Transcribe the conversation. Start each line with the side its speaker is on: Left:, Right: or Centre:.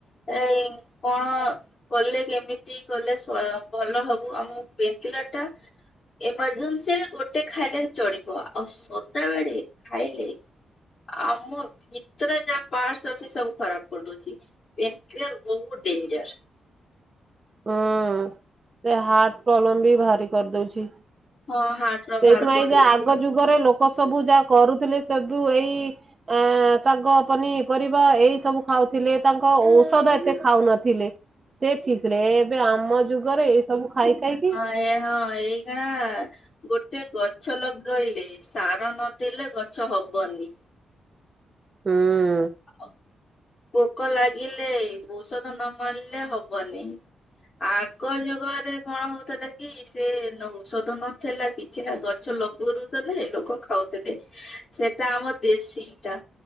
Left: ଏ କଣ କଲେ କେମିତି କଲେ ସ୍ଵୟଂ ଭଲ ହବୁ ଆମକୁ ପେନ୍ କିଲର୍ ଟା ଏମର୍ଜେନ୍ସିରେ ଗୋଟେ ଖାଇଲେ ଚଳିବ ଆଉ ସଦାବେଳେ ଖାଇଲେ ଆମ ଭିତରେ ଯାହା ପାର୍ଟସ୍ ଅଛି ସବୁ ଖରାପ କରିଦଉଛି। ପେନକ୍ଲିଅର୍ ବହୁତ ଡେଞ୍ଜର।
Right: ହୁଁ ସେ ହାର୍ଟ ପ୍ରୋବ୍ଲେମ ବି ଭାରି କରିଦଉଛି।
Left: ହଁ ହାର୍ଟ ର
Right: ସେଇଥିପାଇଁ
Left: ବାହାର କରିଦଉଛି।
Right: ଯା ଆଗ ଯୁଗରେ ଲୋକ ସବୁ ଯାହା କରୁଥିଲେ ସବୁ ଏଇ ଆ ଶାଗ ପନିପରିବା ଏଇ ସବୁ ଖାଉଥିଲେ ତାଙ୍କ ଔଷଧ ଏତେ ଖାଉନଥିଲେ। ସେ ଠିକ ଏବେ ଆମ ଯୁଗରେ ଏଇ ସବୁ ଖାଇ ଖାଇକି।
Left: ଆ ହଁ ଏଇଗଣା ଗୋଟେ ଗଛ ଲଗେଇଲେ ସାର ନ ଦେଲେ ଗଛ ହବନି।
Right: ହୁଁ।
Left: ଅ ପୋକ ଲାଗିଲେ ଔଷଧ ନ ମାରିଲେ ହବନି। ଆଗ ଯୁଗରେ କଣ ହଉଥିଲା? କି ସେ ଔଷଧ ନଥିଲା କିଛି ନା ଗଛ ଲଗଉଥିଲେ ଲୋକ ଖାଉଥିଲେ। ସେଟା ଆମର ଦେସି ଟା